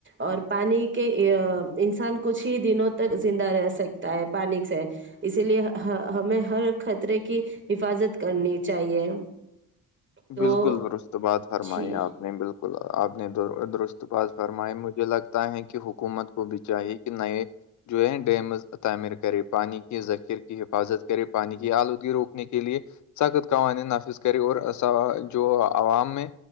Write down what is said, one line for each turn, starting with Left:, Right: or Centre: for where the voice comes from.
Right: اور پانی کے ا انسان کچھ ہی دنوں تک زندہ رہ سکتا ہے پانی سے اسی لیے ہا ہمیں ہر خطرے کی حفاظت کرنی چاہیے تو
Left: بالکل درست بات فرمائی
Right: جی
Left: آپ نے بالکل آپ نے درست بات فرمائی مجھے لگتا ہے کہ حکومت گوبھی چاہیے کہ نہیں یہ جو ہے ڈیمز تعمیر کرے پانی کے ذخیر کی حفاظت کرے پانی کی آلودگی روکنے کے لیے سخت قوانین نافذ کرے اور جو عوام میں